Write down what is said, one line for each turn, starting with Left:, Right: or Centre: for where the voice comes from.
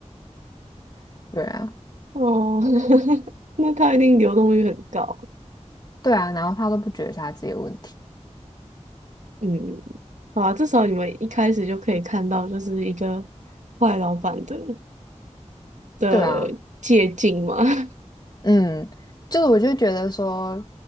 Left: 对啊，
Right: 哦，<laughs> 那他一定流动率很高。
Left: 对啊，然后他都不觉得是他自己的问题。
Right: 嗯，好啊，至少你们一开始就可以看到，就是一个坏老板的的借鉴嘛。
Left: 对啊。
Right: <laughs>
Left: 嗯，就是我就觉得说，